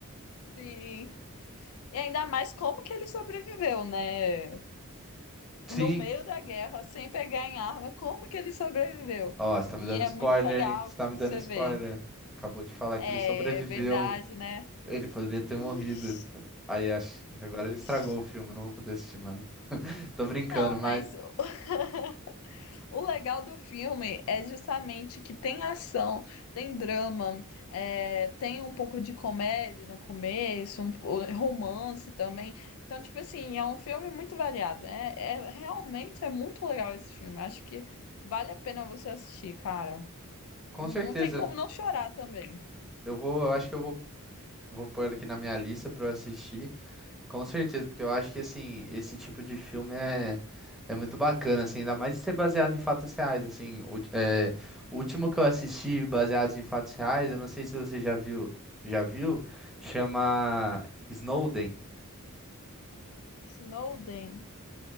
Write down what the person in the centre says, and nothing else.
Sim,
ó, você tá
me dando
spoiler,
hein? Você tá me
dando
spoiler.
Acabou de falar que
ele sobreviveu.
Ele poderia ter
morrido. Aí acho, agora ele estragou
o filme, não vou poder assistir mais. Tô brincando,
mas
com
certeza
eu vou, eu acho que eu vou, vou pôr aqui na minha lista pra eu assistir. Com certeza, porque eu acho que assim, esse tipo de filme é, é muito bacana, assim, ainda mais de ser baseado em fatos reais, assim, o, é, o último que eu assisti baseado em fatos reais, eu não sei se você já viu, já viu, chama Snowden.